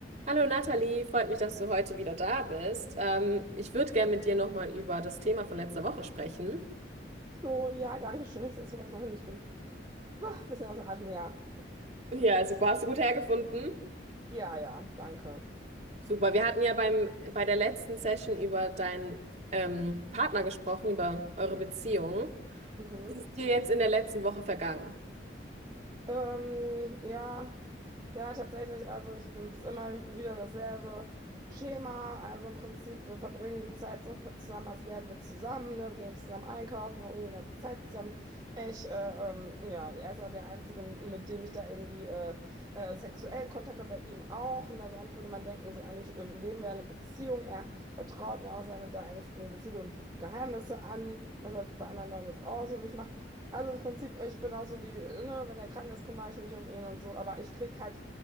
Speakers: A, on the right; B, on the right.
A: Hallo Nathalie, freut mich, dass du heute wieder da bist. Ähm, ich würde gerne mit dir nochmal über das Thema von letzter Woche sprechen.
B: Oh, ja, danke schön. Ich setze mich erstmal hin. Ich bin ah, ein bisschen außer Atem. Ja,
A: Ja, super, hast du gut hergefunden.
B: ja, ja, danke.
A: Super, wir hatten ja beim, bei der letzten Session über deinen ähm, Partner gesprochen, über eure Beziehung.
B: Mhm.
A: Was Ist dir jetzt in der letzten Woche vergangen?
B: Ähm, ja, ja, tatsächlich. Also ich, es ist immer wieder dasselbe Schema. Also im Prinzip, wir verbringen die Zeit so zusammen, als wären wir zusammen, ne? Wir gehen zusammen einkaufen, verbringen die ganze Zeit zusammen. Ich, äh, ähm, ja, er ist ja der Einzige, mit dem ich da irgendwie äh, äh, sexuellen Kontakt habe, bei ihm auch. Und also eigentlich würde man denken, so eigentlich äh, leben wir eine Beziehung. Er vertraut mir auch seine da engsten Gefühle und Geheimnisse an, was er bei anderen Leuten jetzt auch so nicht macht. Also im Prinzip, ich bin auch so die, ne, wenn er krank ist, kümmere ich mich um ihn und so, aber ich krieg halt